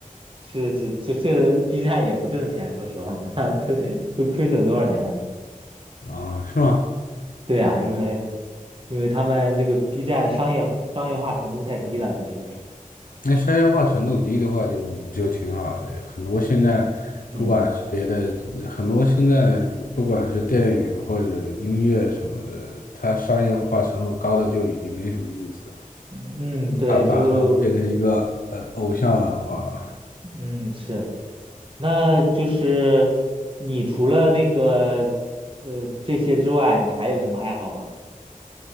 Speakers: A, on the right (about 40°); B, on the left (about 75°).
A: 是是，这这 B 站也不挣钱，说实话，<laughs> 都都亏损多少年了？
B: 啊，是吗？
A: 对啊，因为因为他们这个 B 站商业商业化程度太低了，都说是，
B: 那商业化程度低的话就，就挺好的。很多现在，
A: 嗯
B: 不管是别的，很多现在不管是电影或者音乐什么的，它商业化程度高的就已经没什么意思了。
A: 嗯，对，
B: 它把这个变成一个呃偶像文化了。
A: 就嗯是。那就是你除了那个呃这些之外，你还有什么爱好吗？